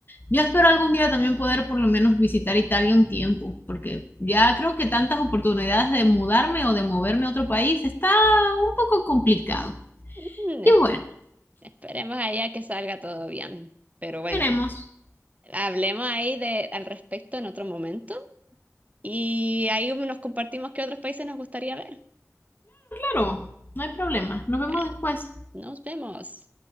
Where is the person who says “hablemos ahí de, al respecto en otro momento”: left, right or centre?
Right